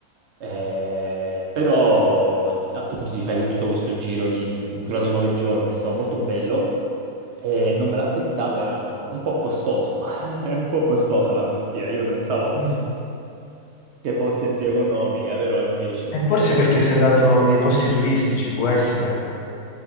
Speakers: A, on the right; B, on the left.
A: Eh, però appunto ti fai tutto questo giro di, mm, durato nove giorni, è stato molto bello e non me l'aspettavo, era un po' costoso. <laughs> È un po' costosa la Turchia, io pensavo
B: mm.
A: che fosse più economica, però invece...
B: E forse
A: eh,
B: perché sei andato nei posti turistici, può essere.